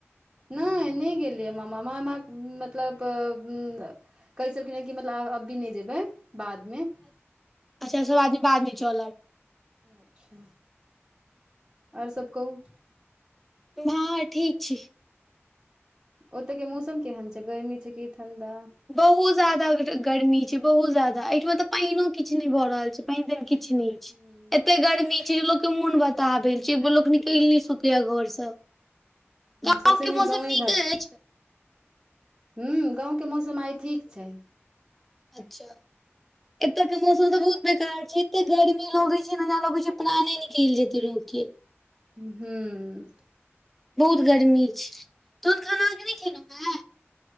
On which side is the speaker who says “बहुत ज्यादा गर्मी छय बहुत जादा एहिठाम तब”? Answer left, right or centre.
Centre